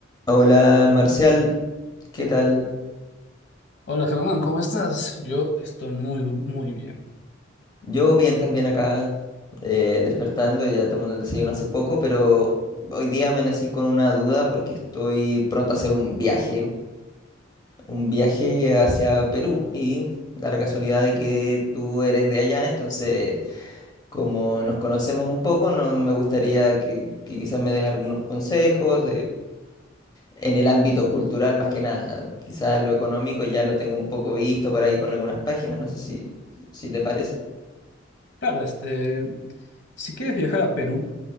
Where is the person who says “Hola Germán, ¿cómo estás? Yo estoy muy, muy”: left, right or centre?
Left